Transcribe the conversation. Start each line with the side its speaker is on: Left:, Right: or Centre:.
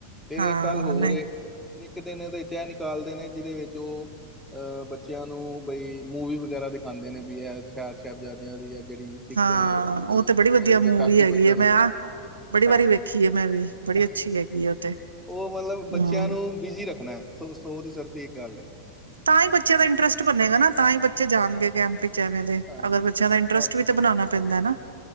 Centre: ਫੇਰ
Right: ਹਾਂ
Centre: ਏਕ ਗੱਲ ਹੋਰ
Right: ਨਹੀਂ
Centre: ਏ ਫਿਰ ਇੱਕ ਦਿਨ ਇਹਦੇ ਚ ਐ ਨਿਕਾਲਦੇ ਨੇ ਜਿਹਦੇ ਵਿੱਚ ਉਹ ਅਹ ਬੱਚਿਆਂ ਨੂੰ ਬਈ ਮੂਵੀ ਵਗੈਰਾ ਦਿਖਾਉਂਦੇ ਨੇ ਵੀ ਐ ਸ਼ਹਿਰ ਸਾਹਿਬਜ਼ਾਦਿਆਂ ਦੀ ਜਿਹੜੀ ਸਿੱਖ
Right: ਹਾਂ
Centre: ਉਹਦੇ
Right: ਤੇ
Centre: ਉਹ
Right: ਬੜੀ ਵਧੀਆ ਮੂਵੀ
Centre: ਤਾਕਿ
Right: ਹੈਗੀ
Centre: ਬੱਚਿਆਂ
Right: ਹੈ
Centre: ਨੂੰ
Right: ਮੈਂ ਬੜੀ
Centre: ਹਾਂ-ਹਾਂ
Right: ਵਾਰੀ ਵੇਖੀ ਹੈ ਮੈਂ ਵੀ ਬੜੀ ਅੱਛੀ ਹੈਗੀ ਹੈ ਉਹ ਤੇ
Centre: ਉਹ ਮਤਲਬ ਬੱਚਿਆਂ
Right: ਹੂੰ।
Centre: ਨੂੰ ਬਿਜ਼ੀ ਰੱਖਣਾ ਹੈ ਸੋ ਸੋ ਦੀ ਸਰਫ਼ੀ ਇੱਕ ਗੱਲ ਹੈ।
Right: ਤਾਂ ਹੀ ਬੱਚੇ ਦਾ ਇੰਟਰਸਟ ਬਣੇੇਗਾ ਨਾ ਤਾਂ ਹੀ ਬੱਚ ਬੱਚੇ ਜਾਣਗੇ
Centre: ਹਾਂ,
Right: ਕੈਂਪ ਚ ਐਵੇਂ ਦੇ
Centre: ਤਾਂ ਹੈਗਾ
Right: ਅਗਰ ਬੱਚਿਆਂ ਦਾ ਇੰਟਰਸਟ
Centre: ਬਸ
Right: ਵੀ ਤਾਂ ਬਣਾਣਾ ਪੈਂਦਾ ਹੈ ਨਾ।